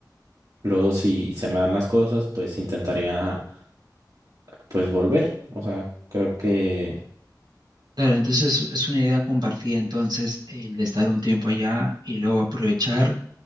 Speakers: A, on the right; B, on the right.
A: luego si se me dan las cosas, pues intentaría, pues volver. O sea, creo que
B: Claro, entonces es una idea compartida, entonces, el de estar un tiempo allá y luego aprovechar